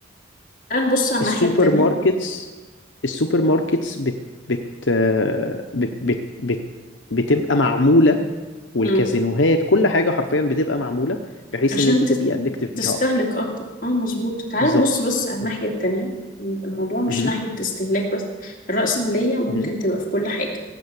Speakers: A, on the left; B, on the left.
A: الان بص على الناحية
B: السوبر
A: التانية
B: ماركتس السوبر ماركتس بت بت آه، بت بت بت بتبقى معمولة والكازينوهات
A: مم.
B: كل حاجة حرفيا بتبقى معمولة بحيث
A: عشان
B: إن أنت
A: تت-
B: تبقي أدكتيف
A: تستهلك
B: ليها أكتر
A: اكتر اه مظبوط تعال
B: بالظبط
A: نبص بس على
B: م-
A: الناحية التانية الموضوع مش
B: مهم.
A: ناحية استهلاك بس الرأسمالية ممكن
B: مهم.
A: تبقى في كل حاجة